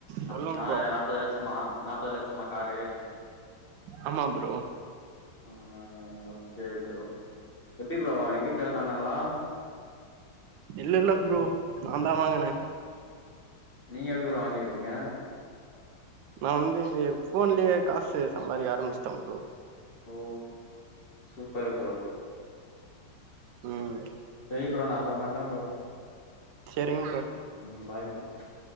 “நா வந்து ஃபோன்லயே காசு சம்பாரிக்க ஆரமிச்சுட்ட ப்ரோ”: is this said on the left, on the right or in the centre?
Right